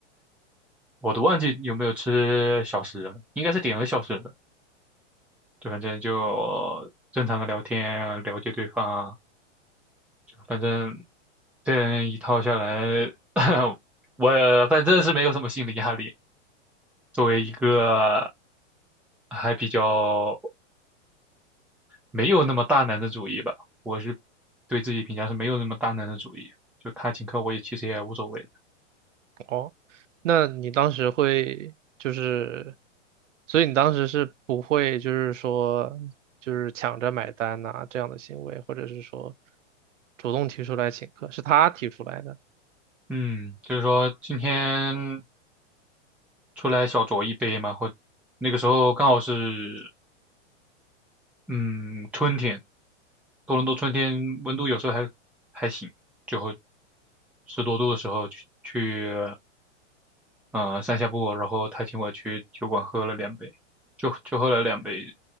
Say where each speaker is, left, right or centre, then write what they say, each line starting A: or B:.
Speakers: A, in the centre; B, on the right.
A: 我都忘记有没有吃小食了，应该是点了小食的，就反正就正常的聊天啊，了解对方啊，就反正这样一套下来，<coughs> 我反正是没有什么心理压力。作为一个还比较没有那么大男子主义吧，我是对自己评价是没有那么大男子主义，就他请客我也其实也无所谓的。
B: 哦？那你当时会就是，所以你当时是不会就是说就是抢着买单呐、这样的行为，或者是说主动提出来请客，是他提出来的。
A: 嗯，就是说今天出来小酌一杯嘛，或那个时候刚好是嗯春天，多伦多春天温度有时候还还行，就会十多度的时候去去嗯散下步，然后他请我去酒馆喝了两杯，就就喝了两杯。